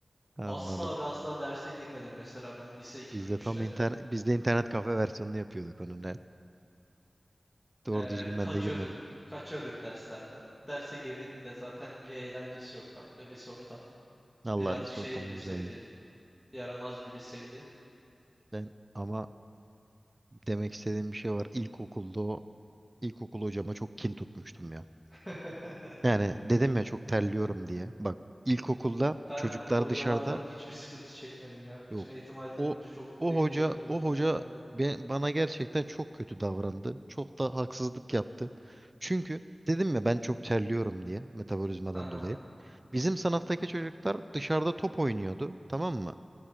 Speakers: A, on the right; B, in the centre.
A: Anladım.
B: Asla ve asla derse girmedim mesela ben lise 2
A: Biz
B: ve üçte.
A: de tam internet, biz de internet kafe versiyonunu yapıyorduk onun. Evet. Doğru
B: Ee,
A: düzgün ben
B: kaçıyorduk,
A: de girmedim.
B: kaçıyorduk derslerden. Derse girdik mi de zaten bir eğlencesi yok kanka lise ortamı.
A: Allah
B: Birazcık
A: lise
B: şey
A: ortamı
B: bir liseydi,
A: güzeldi.
B: yaramaz bir liseydi.
A: Ben ama demek istediğim bir şey var. İlkokulda o ilkokul hocama çok kin tutmuştum ya.
B: <laughs>
A: Yani dedim ya çok terliyorum diye. Bak ilkokulda
B: Ben
A: çocuklar
B: hocalardan
A: dışarıda
B: hiçbir sıkıntı çekmedim ya. Bütün
A: yok.
B: eğitim hayatım
A: O
B: boyunca çok
A: o
B: de
A: hoca
B: güzel hocalara
A: o hoca
B: denk geldim.
A: be- bana gerçekten çok kötü davrandı. Çok da haksızlık yaptı. Çünkü dedim ya ben çok terliyorum diye metabolizmadan
B: Aha.
A: dolayı. Bizim sınıftaki çocuklar dışarıda top oynuyordu, tamam mı?